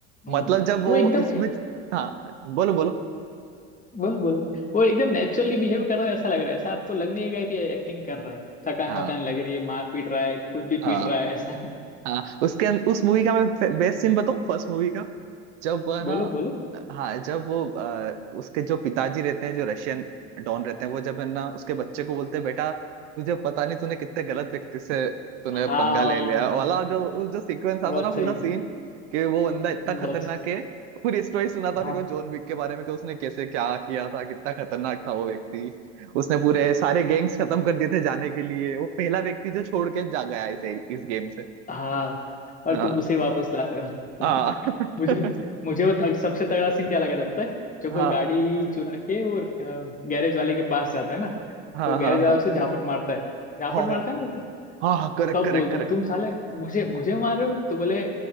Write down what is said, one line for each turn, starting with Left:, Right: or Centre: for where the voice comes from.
Left: हम्म,
Right: मतलब जब वो
Left: वो एकदम
Right: इसमें हाँ बोलो बोलो
Left: बोलो बोलो वो एकदम नेचुरली बिहेव कर रहा है ऐसा लग रहा है ऐसा आपको लग नहीं है कि एक्टिंग कर रहा है थकान
Right: हाँ
Left: वकान लग रही है मार पीट रहा है खुद भी
Right: हाँ
Left: पीट रहा है ऐसा
Right: हाँ उसके उस मूवी का मैं बेस्ट सीन बताऊं फर्स्ट मूवी का जब वह
Left: <laughs>
Right: ना
Left: बोलो बोलो
Right: हाँ जब वो अ, उसके जो पिताजी रहते हैं जो रशियन डॉन रहते हैं वो जब है ना उसके बच्चे को बोलते हैं बेटा तुझे पता नहीं तूने कितने गलत व्यक्ति से तूने
Left: हाँ हाँ,
Right: पंगा ले लिया वाला
Left: हाँ,
Right: जो वो जो सीक्वेंस आता
Left: बहुत
Right: ना पूरा
Left: सही
Right: सीन कि वो बंदा इतना
Left: बहुत
Right: खतरनाक है पूरी स्टोरी सुना था
Left: हाँ
Right: फिर वो जॉन विक के बारे में कि उसने कैसे क्या किया था कितना खतरनाक था वो व्यक्ति उसने पूरे सारे गैंग्स खत्म कर दिए थे जाने के लिए वो पहला व्यक्ति जो छोड़ के जा गया इस, इस गेम से
Left: हाँ और
Right: हाँ
Left: तुम उसे वापस ला रहे हो
Right: हाँ
Left: <laughs>
Right: <laughs>
Left: मुझे मुझे वो तग, सबसे तगड़ा सीन क्या लगा था पता है जब
Right: हाँ
Left: वो गाड़ी चुरा के वो गैरेज वाले के पास जाता है ना
Right: हाँ
Left: तो गैरेज
Right: हाँ
Left: वाला
Right: हाँ
Left: उसे झापट मारता है झापट
Right: हाँ
Left: मारता है ना
Right: हाँ हाँ करेक्ट
Left: कब
Right: करेक्ट
Left: बोलता
Right: करेक्ट
Left: है तुम साले मुझे मुझे मार रहे हो तो बोले